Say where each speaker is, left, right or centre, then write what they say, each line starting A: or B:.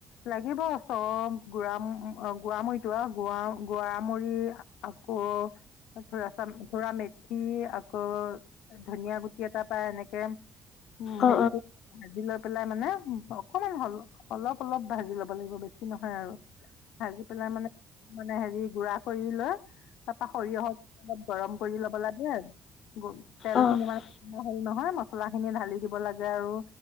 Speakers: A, on the left (about 85°); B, on the left (about 50°).
A: লাগিব চব গুৰা গোৱামুৰিতো আৰু গোৱা গৰামৰি আকৌ থৰা চা থৰা মেথি আকৌ ধুনীয়া গুটি এটা পায় এনেকে উ
B: অ অ
A: হেৰিটো ভাজি লৈ পেলাই মানে অকমান হাল অলপ অলপ ভাজি ল'ব লাগিব বেছি নহয় আৰু ভাজি পেলাই মানে মানে হেৰি গুড়া কৰি লৈ তাৰপা সৰিয়হত অলপ গৰম কৰি ল'ব লাগে আৰু তেল
B: অ অ
A: খিনি মানে হ'ল নহয় মছলা খিনি ঢালি দিব লাগে আৰু।